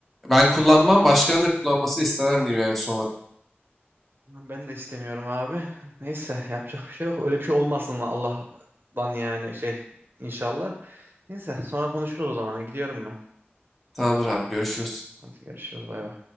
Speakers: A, in the centre; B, on the right (about 60°).
A: ben kullanmam başkalarının da kullanmasını istemem diyeyim yani son olarak.
B: Ben de istemiyorum abi. Neyse yapacak bir şey yok. Öyle bir şey olmasın Allah'tan yani şey inşallah. Neyse sonra konuşuruz o zaman. Gidiyorum ben.
A: Tamamdır abi görüşürüz.
B: Hadi görüşürüz. Bay bay.